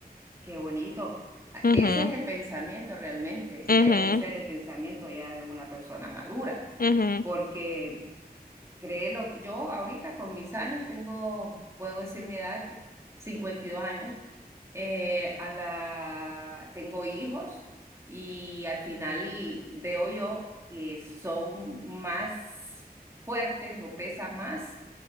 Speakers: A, on the right; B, on the left.
A: qué bonito. Ah,
B: Ujú,
A: Ese es el pensamiento realmente, ese
B: ujú,
A: debe ser el pensamiento ya de una persona madura,
B: ujú,
A: porque créelo, yo ahorita con mis años tengo, puedo decir mi edad, que 52 años, eh, a la, tengo hijos y al final veo yo que son más fuertes o pesa más